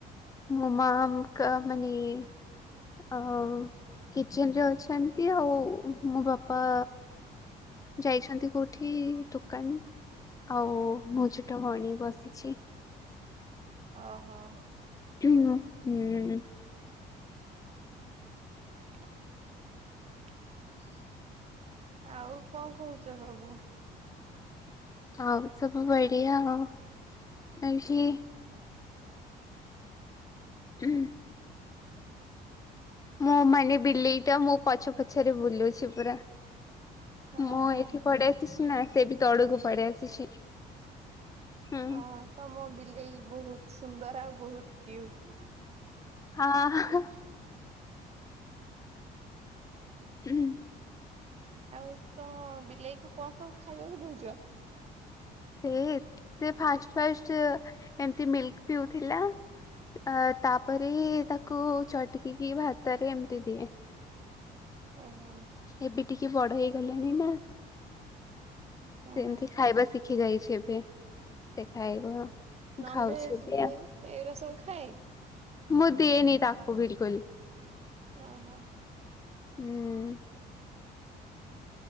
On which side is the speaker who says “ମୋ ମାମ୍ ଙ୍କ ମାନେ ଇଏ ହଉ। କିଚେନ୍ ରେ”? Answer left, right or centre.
Left